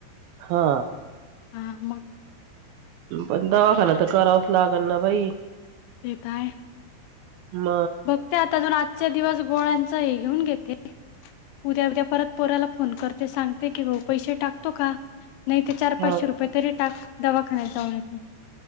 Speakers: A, on the right (about 80°); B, on the left (about 80°).
A: हा
B: हा मग
A: पण दवाखाना तर करावच लागल ना बाई
B: तेेतय
A: म
B: बघते आताजून आजच्या दिवस गोळ्यांच हे घेऊन घेते उद्या उद्या परत पोराला फोन करते सांगते की भाऊ पैसे टाकतो का नाही ते चार
A: हा
B: पाचशे रुपये तरी टाक दवाखान्यात जाऊन येत म